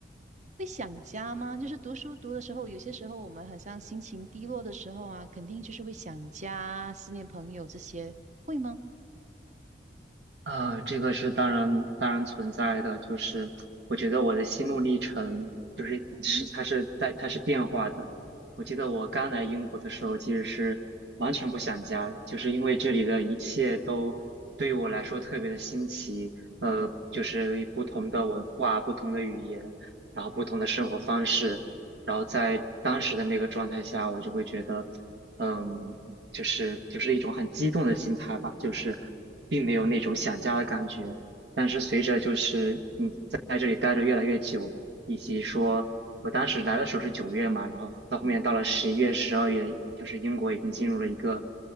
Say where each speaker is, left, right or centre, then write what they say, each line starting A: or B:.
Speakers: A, on the right; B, on the right.
A: 会想家吗？就是读书读的时候，有些时候我们好像心情低落的时候啊，肯定就是会想家、思念朋友这些，会吗？
B: 啊，这个是当然当然存在的，就是我觉得我的心路历程就是是它是在它是变化的。
A: 嗯哼，
B: 我记得我刚来英国的时候，其实是完全不想家，就是因为这里的一切都对于我来说特别的新奇，呃，
A: 嗯
B: 就是不同的文化、不同的语言，然后不同的生活方式，然后在当时的那个状态下，我就会觉得。嗯，就是就是一种很激动的心态吧，就是并没有那种想家的感觉。但是随着就是你在这里待着越来越久，以及说我当时来的时候是九月嘛，然后到后面到了十一月、
A: 嗯
B: 十二月，就是英国已经进入了一个